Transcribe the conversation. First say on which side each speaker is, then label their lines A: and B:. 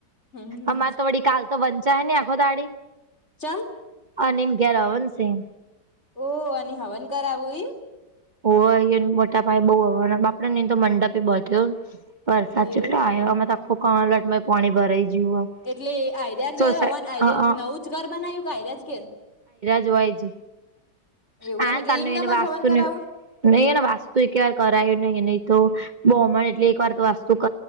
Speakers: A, on the left; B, on the right.
A: હમ
B: અમારે તો વડી કાલ તો વંચાય ની આખો દાડી
A: ચાલ
B: હા નિન ગેર અવનસિં
A: ઓહ અને હવન કરાવું એમ
B: હોવ મોટા ભાઈ બહ હના બાપડે નહી તો મંડપે બધ્યો વરસાદ
A: એવું
B: છેટલો આવ્યો આમાં તો આખું કલટમાં પાણી ભરાઈ ગયું
A: એટલે આઈ રહ્યા
B: સોસાય
A: ઘેર હવાન આઈ્યા
B: અ અ
A: નવું જ ઘર બનાવ્યું કે આ રહ્યા જ ઘેર
B: જોવાય જ
A: એવું
B: હ
A: એમ એટલે
B: તનું
A: એમ
B: એને
A: નામ
B: વાસ્તુ
A: જ હવન કરાવું
B: ન નહી એને વાસ્તુ એક વાર કરાયું નહી નહી તો બ્રાહ્મણ એટલે એક વાર તો વાસ્તુ <unintelligible>